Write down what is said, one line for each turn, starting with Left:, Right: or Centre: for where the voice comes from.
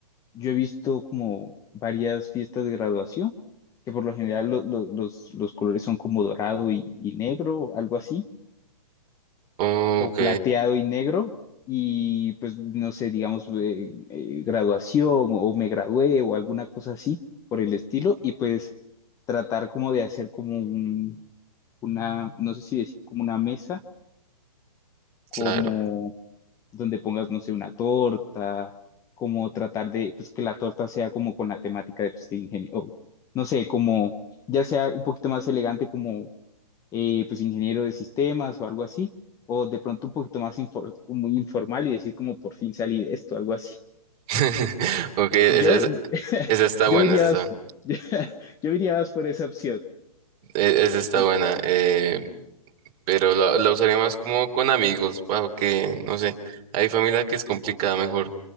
Left: yo he visto como varias fiestas de graduación, que por lo general lo- lo- los, los colores son como dorado y, y negro, algo así,
Right: Ok,
Left: o plateado y negro, y pues no sé, digamos, eh, eh, graduación o me gradué o alguna cosa así por el estilo, y pues tratar como de hacer como un, una, no sé si decir como una mesa como
Right: claro.
Left: donde pongas, no sé, una torta, como tratar de, pues que la torta sea como con la temática de, pues, de ingeniero, o, no sé, como ya sea un poquito más elegante como, eh, pues, ingeniero de sistemas o algo así, o de pronto un poquito más infor- muy informal y decir como por fin salí de esto, algo así.
Right: <laughs> Ok, esa,
Left: Yo,
Right: esa-
Left: <laughs>
Right: esa está
Left: yo
Right: buena,
Left: diría,
Right: esa está,
Left: más- <laughs> yo, diría más por esa opción.
Right: e- esa está
Left: Como-
Right: buena. eh, pero la, la usaría más como con amigos, para que, no sé, hay familia que es complicada, mejor